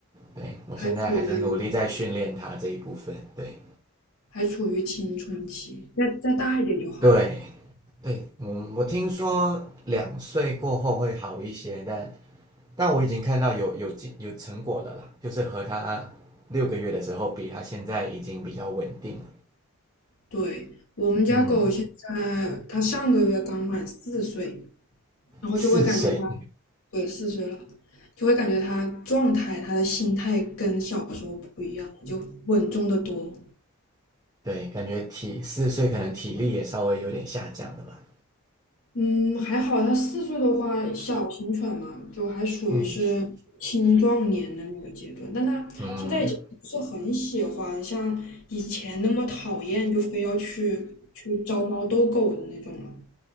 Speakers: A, on the right (about 15°); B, on the left (about 70°).
A: 对我现在还是努力在训练它这一部分，
B: 还处于
A: 对。
B: 还处于青春期，再再大一点就好了。
A: 对，对，嗯，我听说两岁过后会好一些，但但我已经看到有有进有成果了啦，就是和他六个月的时候比，他现在已经比较稳定了。
B: 对，我们家狗现在它上个月刚满四岁，
A: 嗯，
B: 然后就会感觉他，
A: 四岁，
B: 对，四岁了，就会感觉他状态、他的心态跟小时候不一样，就稳重的多。
A: 对，感觉体四岁可能体力也稍微有点下降了吧。
B: 嗯，还好他四岁的话，小型犬嘛，就还属于是青壮年的那个阶段，
A: 嗯
B: 但他现在已经不是很喜欢像以前那么讨厌，
A: 嗯
B: 就非要去去招猫逗狗的那种了，